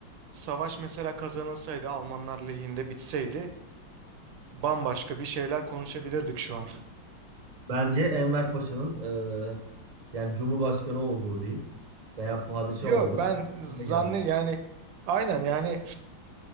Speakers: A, on the right; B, on the right.
A: savaş mesela kazanılsaydı Almanlar lehinde bitseydi bambaşka bir şeyler konuşabilirdik şu an.
B: Bence Enver Paşa'nın eee, yani Cumhurbaşkanı olduğu diyeyim veya padişah
A: <laughs> Yo
B: olduğu
A: ben
B: bir
A: zanne
B: döneme girerdik.
A: yani aynen yani,